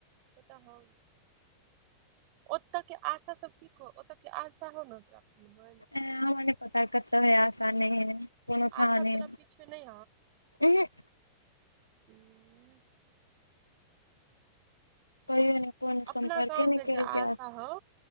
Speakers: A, on the right; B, on the left.
A: पता हऊ। ओतऽ के आशा सब की कह, ओत के आशा हो ने तोरा मन।
B: अंय हमरा नै पता कतऽ है, आसा नै है, कोनो थाहे
A: आशा
B: नै।
A: तोरा पीछे नहि
B: एहे।
A: हूँ।
B: कहियो ने कोनो संपर्के
A: अपना गाँव
B: नै
A: के
B: कैल
A: जे आशा
B: कै
A: हौ